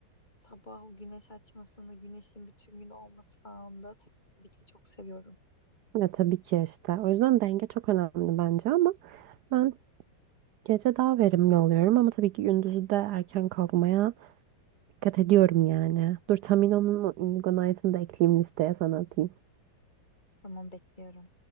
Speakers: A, on the left (about 20°); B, on the right (about 70°).
A: sabah o güneş açmasını, güneşin bütün gün olması falan da tabii ki de çok seviyorum.
B: Ya tabii ki işte. O yüzden denge çok önemli bence ama ben gece daha verimli oluyorum ama tabii ki gündüzü de erken kalkmaya Dikkat ediyorum yani. Dur Tamino'nun o Indigo Knight'ını da ekleyeyim listeye sana atayım.
A: Tamam bekliyorum.